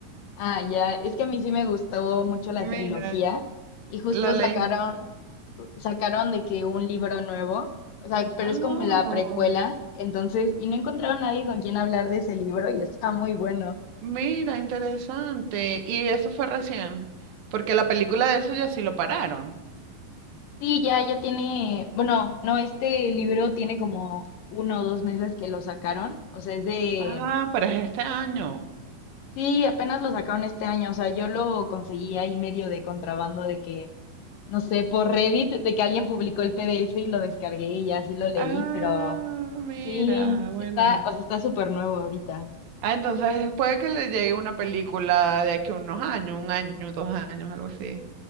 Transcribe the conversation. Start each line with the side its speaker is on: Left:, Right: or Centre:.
Left: Ah, ya, es que a mí sí me gustó mucho la
Right: Mira,
Left: trilogía y justo
Right: la ley.
Left: sacaron, sacaron de que un libro nuevo, o sea, pero
Right: Oh,
Left: es como la precuela, entonces, y no encontraron nadie con quien hablar de ese libro y está muy bueno.
Right: mira, interesante. Y eso fue recién, porque la película de eso ya sí lo pararon.
Left: Sí, ya, ya tiene, bueno, no, este libro tiene como uno o dos meses que lo sacaron, o sea, es de,
Right: Ah, pero es este año.
Left: sí, apenas lo sacaron este año, o sea, yo lo conseguí ahí medio de contrabando de que no sé, por Reddit, de que alguien publicó el PDF y lo descargué y ya sí lo leí,
Right: Ah,
Left: pero
Right: mira,
Left: sí,
Right: buena.
Left: está, o sea, está súper nuevo ahorita.
Right: Ah, entonces puede que le llegue una película de aquí a unos años, un año, dos años, algo así.